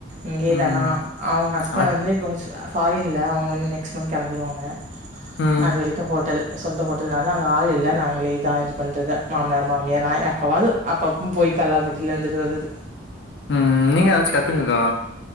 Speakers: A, on the right; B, on the left.
A: இங்கே
B: ம்
A: தானா அவங்க ஹஸ்பண்ட்
B: ஆனா
A: வந்து இப்போ ஃப ஃபாரின்ல அவங்க வந்து நெக்ஸ்ட் மந்த் கெளம்பிருவாங்க
B: ம்
A: அது வரைக்கு ஹோட்டல் சொந்த ஹோட் அதுனால அங்க ஆள் இல்ல நாங்களேதா இது பண்றது மாமனார் மாம் ஏனா எப்பாவது அப்ப அப்பொம் போய் கல்லாப்பெட்டில இந்துட்டு வர்றது
B: ம் நீங்கா எதிச்சு கத்துக்கங்க்கா